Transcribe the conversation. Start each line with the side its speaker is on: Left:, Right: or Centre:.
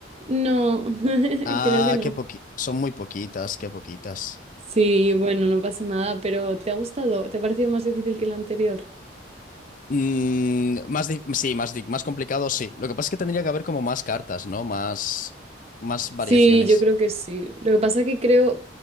Right: No, <laughs>
Left: Ah,
Right: creo que no.
Left: qué poqui... Son muy poquitas, qué poquitas.
Right: Sí, bueno, no pasa nada, pero ¿te ha gustado? ¿Te ha parecido más difícil que el anterior?
Left: Mm, más di- sí, más, di- más complicado, sí. Lo que pasa es que tendría que haber como más cartas, ¿no? Más, más variaciones.
Right: Sí, yo creo que sí. Lo que pasa que creo,